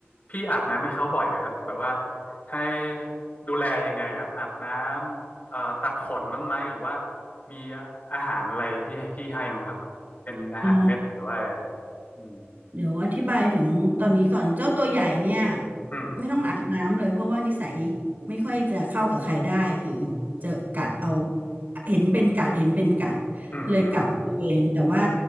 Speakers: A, on the left; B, on the right.
A: พี่อาบน้ำให้เขาบ่อยนะครับแบบว่าให้ดูแลยังไงครับอาบน้ำเอ่อตัดขนบ้างไหมหรือว่ามีอาหารอะไรที่ที่ให้บ้างครับเป็นอาหารเม็ดหรือว่าอะไรอะอืม
B: อ๋อ เดี๋ยวอธิบายถึงตอนนี้ก่อนเจ้าตัวใหญ่เนี่ย
A: อืม
B: ไม่ต้องอาบน้ำเลยเพราะว่านิสัยไม่ค่อยจะเข้ากับใครได้คือจะกัดเอาเห็นเป็นกัดเห็นเป็นกัด
A: อืมอม
B: เลยกลับบริเวณแต่ว่า